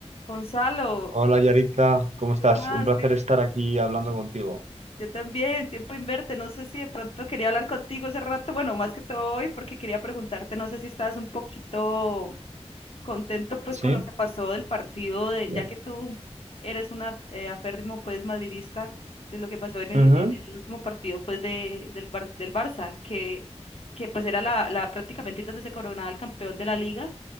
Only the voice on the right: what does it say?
Hola Yaritza, ¿cómo estás?
Un placer
estar aquí hablando contigo.
¿Sí?
Bien.
Ujú.